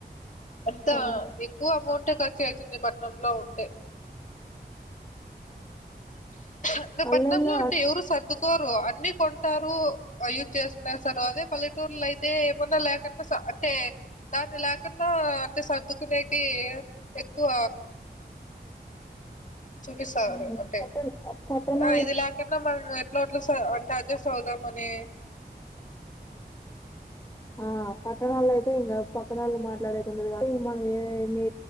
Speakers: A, on the left; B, on the left.
A: అంత
B: అవును.
A: ఎక్కువ ఎమౌంట్ ఖర్చు అయితుంది పట్నంలో ఉంటే ఇంగ
B: పల్లెల్లో
A: పట్నంలో ఉంటే
B: అన్
A: ఎవరు సర్దుకోరు అన్నీ కొన్ టారూ యూజ్ చేసుకునేస్థరు అదే పల్లెటూర్లో అయితే ఏమన్నా లేకున్నా సా అంటే దాన్ని లేకన్నా అంటే సర్దుకునేకి ఎక్కువ చూపిస్తారు
B: హ్మ్.
A: అంటే
B: పట్టణ పట్టణాలైతే
A: ఆ ఇది లేకన్నా మనం ఎట్లో ఓట్లా సా అంటే అడ్జస్ట్ అవుదాం మనీ
B: ఆ పట్టణాల్లో అయితే ఇంగ పక్కనోళ్ళు మాట్లాడేకుండదు కాబట్టి ఇంగ మనం ఏ